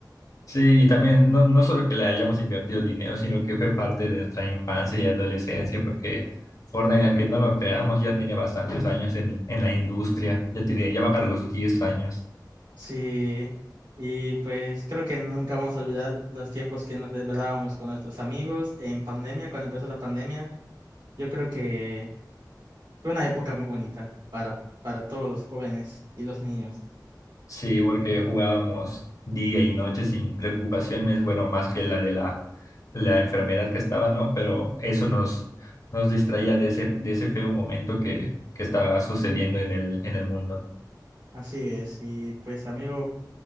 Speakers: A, on the left; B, on the right.
A: Sí, también no, no solo que le hayamos invertido dinero, sino que fue parte de nuestra infancia y adolescencia, porque Fortnite, aunque no lo creamos, ya tiene bastantes años en, en la industria, ya, tiene, ya va para los diez años.
B: Sí, y pues creo que nunca vamos a olvidar los tiempos que nos desvelábamos con nuestros amigos en pandemia, cuando empezó la pandemia. Yo creo que fue una época muy bonita para, para todos los jóvenes y los niños.
A: Sí, porque jugábamos día y noche sin preocupaciones, bueno, más que la de la, la enfermedad que estaba, ¿no? Pero eso nos, nos distraía de ese, de ese feo momento que, que estaba sucediendo en el, en el mundo.
B: Así es, y pues amigo,